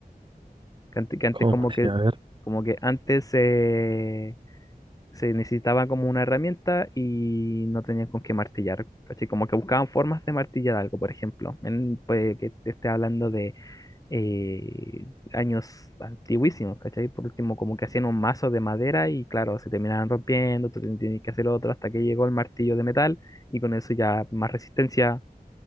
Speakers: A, on the left; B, on the right.
A: Que antes, que antes
B: ¿Cómo
A: como que,
B: Sí, A ver.
A: como que antes eh, se necesitaba como una herramienta y no tenían con qué martillar, ¿cachai? Como que buscaban formas de martillar algo, por ejemplo. En- puede que te esté hablando de eh, años antiguísimos, ¿cachai? Por último, como que hacían un mazo de madera y claro, se terminaban rompiendo, tú ten- tenías que hacer otro hasta que llegó el martillo de metal y con eso ya más resistencia,